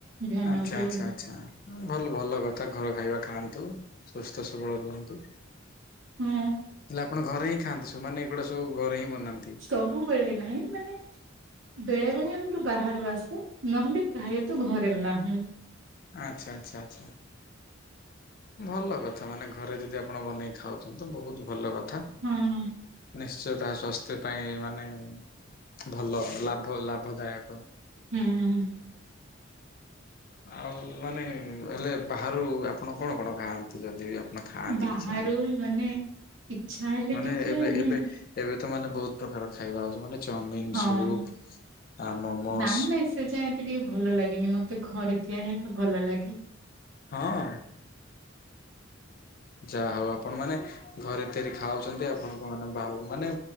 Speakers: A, on the right (about 75°); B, on the left (about 50°).
A: ଧ୍ୟାନ
B: ଆଚ୍ଛା
A: ଦଉ
B: ଆଚ୍ଛା ଆଚ୍ଛା ଭଲ ଭଲ କଥା ଘର ଖାଇବା ଖାଆନ୍ତୁ ସୁସ୍ଥ ସବଳ ରୁହନ୍ତୁ।
A: ହଁ
B: ହେଲେ ଆପଣ ଘରେ ହିଁ ଖାଆନ୍ତି ସବୁମାନେ ଏଗୁଡା ସବୁ ଘରେ ହିଁ ବନାନ୍ତି।
A: ସବୁବେଳେ ନାହିଁ ମାନେ ବେଳେ ବେଳେ ଆମର ବାହାରୁ ଆସେ ନହେଲେ ପ୍ରାୟତ ଘରେ ବନା ହୁଏ।
B: ଆଚ୍ଛା ଆଚ୍ଛା ଆଚ୍ଛା। ଭଲ କଥା ମାନେ ଘରେ ଯଦି ଆପଣ ବନେଇ ଖାଉଚନ୍ତି ତ ବହୁତ୍ ଭଲ। ଥା
A: ହଁ।
B: ନିଶ୍ଚୟ ତାହା ସ୍ୱାସ୍ଥ୍ୟ ପାଇଁ ମାନେ ଭଲ ଲା ପ ଲାଭଦାୟକ।
A: ହୁଁ ହୁଁ
B: ଆଉ ମାନେ ହେଲେ ବାହାରୁ ଆପଣ କଣ କଣ ଖାଆନ୍ତି ଯଦି ଅ ମେ ଖାଆନ୍ତି
A: ବାହାରୁ
B: କିଛି ମାନ
A: ମାନେ ଇଚ୍ଛା ହେଲେ
B: ମାନେ
A: ଟିକେ
B: ଏବେ
A: ଆମେ
B: ଏବେ ଏବେ ତ ମାନେ ବହୁତ ପ୍ରକାର ଖାଇବା ହଉଛି ମାନେ ଚାଉମିିନ
A: ହଁ
B: ସୁପ୍ ଆ ମୋମୋସ୍
A: ନାଇଁ ନାଇଁ ସେ ଯାଏ ଏତେ ଟିକେ ଭଲ ଲାଗେନି ମତେ ଘରେ ତିଆରିିବାକୁ ଭଲ ଲାଗେ।
B: ହଁ। ଯାହା ଆଉ ଆପଣ ମାନେ ଘରେ ତିଆରି ଖାଉଛନ୍ତି ଆପଣଙ୍କ ମାନେ ବାଉ ମାନେ